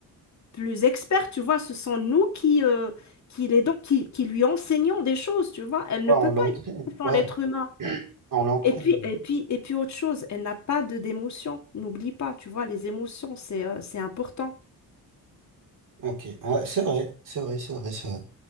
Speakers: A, on the left; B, on the right.
A: plus expert, tu vois. Ce sont nous qui, euh, qui, l'aidons, qui, qui lui enseignons des choses, tu vois. Elle
B: Ouais,
A: ne peut
B: on l'entraîne.
A: pas exister sans
B: Ouais,
A: l'être humain.
B: on l'entraîne.
A: Et puis, et puis, et puis autre chose, elle n'a pas de d'émotion. N'oublie pas, tu vois, les émotions, c'est euh, c'est important.
B: Ok, ouais, c'est vrai, c'est vrai, c'est vrai, c'est vrai.